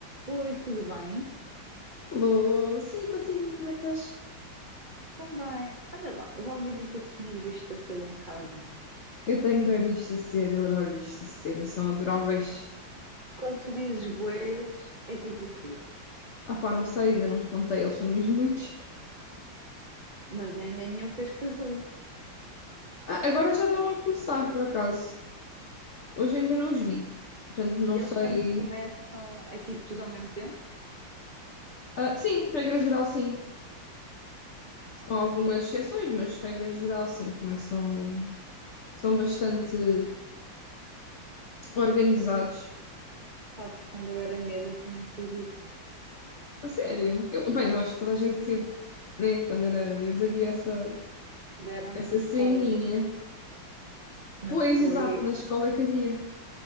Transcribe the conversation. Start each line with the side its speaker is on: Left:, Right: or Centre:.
Right: Oi, tudo bem?
Left: Alô, sim, contigo, como é que estás?
Right: Também. Olha lá, eu ouvi dizer que tinhas visto a seda em casa.
Left: Eu tenho bem bichos de seda, eu adoro bichos de seda, são adoráveis.
Right: Quando tu dizes boés, é tipo o quê?
Left: Ah pá, não sei, ainda não os contei, eles são mesmo muitos.
Right: Mas ainda nenhum fez casulo.
Left: Ah, agora já estão a começar, por acaso. Hoje ainda não os vi, portanto não
Right: E eles
Left: sei...
Right: quando começam, é tipo tudo ao mesmo tempo?
Left: Ah, sim, regra geral sim,
Right: Ok.
Left: com algumas
Right: Sa-
Left: exceções, mas regra geral sim, começam... São bastante organizados.
Right: Sabes, quando eu era miúda também tive isso.
Left: A sério, eu, bem, eu acho que toda a gente teve, né? Quando era miúdo havia essa,
Right: Deram-me
Left: essa
Right: na escola.
Left: ceninha.
Right: Mas
Left: Pois,
Right: foi,
Left: exato, na escola é que havia.